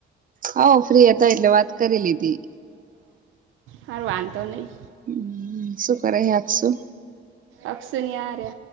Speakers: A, on the right; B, on the right.
A: હાઓ ફ્રી હતા એટલે વાત કરી લીધી.
B: હર વાંધો નહી.
A: હ શું કરે આપશું.
B: અપસનિયારે.